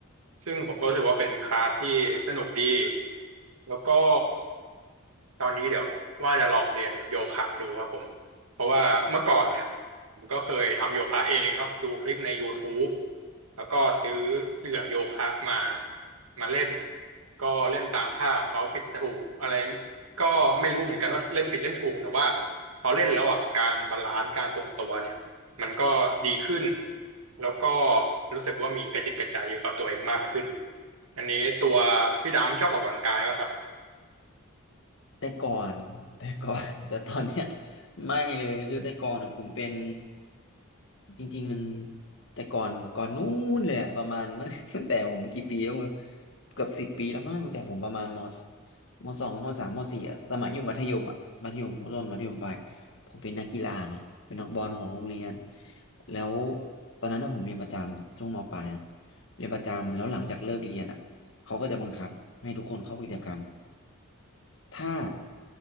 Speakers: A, on the right (about 80°); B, on the left (about 60°).
A: ซึ่งผมก็รู้สึกว่าเป็นคลาสที่สนุกดีแล้วก็ตอนนี้เดี๋ยวว่าจะลองเรียนโยคะดูครับผม เพราะว่าเมื่อก่อนเนี่ยผมก็เคยทำโยคะเองเนาะดูคลิปใน YouTube แล้วก็ซื้อเสื่อโยคะมามาเล่นก็เล่นตามท่าของเขาผิดถูกอะไรก็ไม่รู้เหมือนกันว่าเล่นผิดเล่นถูกแต่ว่าพอเล่นแล้วอ่ะการบาลานซ์การทรงตัวเนี่ยมันก็ดีขึ้นแล้วก็รู้สึกว่ามีกระจิตกระใจอยู่กับตัวเองมากขึ้นอันนี้ตัวพี่ดำชอบออกกำลังกายป่ะครับ
B: แต่ก่อน <laughs> แต่ก่อน <laughs> แต่ตอนเนี้ยไม่เลยคือแต่ก่อนอ่ะผมเป็นจริงๆมันแต่ก่อนก่อนนู้นเลยอะประมาณ <laughs> ตั้งแต่ผมกี่ปีแล้วไม่รู้เกือบสิบปีแล้วมั้งตั้งแต่ผมประมาณมสมสองมสามมสี่อะสมัยอยู่มัธยมอะมัธยมต้นมัธยมปลายผมเป็นนักกีฬาไงเป็นนักบอลของโรงเรียนแล้วตอนนั้นอะผมเรียนประจำช่วงมปลายนะเรียนประจำแล้วหลังจากเลิกเรียนอ่ะเขาก็จะบังคับให้ทุกคนเข้ากิจกรรมถ้า